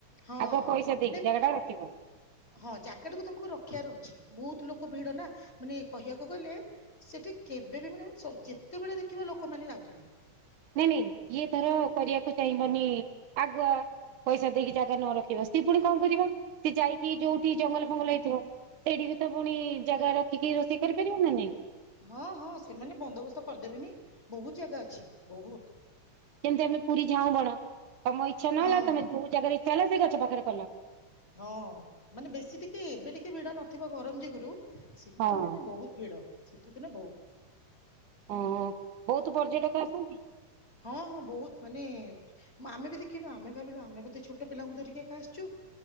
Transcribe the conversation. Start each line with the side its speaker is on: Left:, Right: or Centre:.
Left: ହଁ
Right: ଆଗ ପଇସା ଦେଇକି
Left: ନାଇ
Right: ଜାଗା ଟା ରଖିବ
Left: ହଁ ଯାଗା ଟାକୁ ତମକୁ ରଖ ରଖିବାର ଅଛି ବହୁତ ଲୋକ ଭିଡ ନା ମାନେ କହିବାକୁ ଗଲେ ସେଠି କେବେ ବି ମାନେ ଯେତେବେଳେ ଦେଖିବ ଲୋକମାନେ ଯାଉଥିବେ।
Right: ନାଇଁ ନାଇଁ ଇଏ ଧର କରିବାକୁ ଚାହିଁବନି ଆଗୁଆ ପଇସା ଦେଇକି ଜାଗା ନ ରଖିବ ସିଏ ପୁଣି କଣ କରିବ ସିଏ ଯାଇକି ଯୋଉଠି ଜଙ୍ଗଲ ଫଙ୍ଗଲ ହେଇଥିବ ସେଇଠି ବି ତ ପୁଣି ଜାଗା ରଖିକି ରୋଷେଇ କରିପାରିବ ନା ନାଇଁ।
Left: ହଁ ହଁ ସେମାନେ ବନ୍ଦୋବସ୍ତ କରିଦେବେନି ବହୁତ ଜାଗା ଅଛି ବହୁତ।
Right: ଯେମତି ଆମେ ପୁରୀ ଝାଉଁ ବଣ। ତମ ଇଚ୍ଛା ନହେଲା
Left: ହଁ
Right: ତମେ ଯଉ ଜାଗା ରେ ଚାଲ ସେଇ ଗଛ ପାଖରେ କଲ
Left: ହଁ ମାନେ ବେଶୀ ଟିକେ ଏବେ ଟିକେ ଭିଡ ନଥିବ ଗରମ ଯୋଗୁରୁ ଶୀତଦିନେ
Right: ହଁ
Left: ବହୁତ ଭିଡ। ଶୀତ ଦିନେ ବହୁତ୍
Right: ହଁ ବହୁତ ପର୍ଯ୍ୟଟକ ଆସନ୍ତି।
Left: ହଁ ହଁ ବହୁତ ମାନେ ଆମେ ବି ଦେଖିଲୁ ଆମେ ଭାବିଲୁ ଆମେ ବୋଧେ ଛୋଟ ପିଲାଙ୍କୁ ଧରିକି ଏକା ଆସିଛୁ।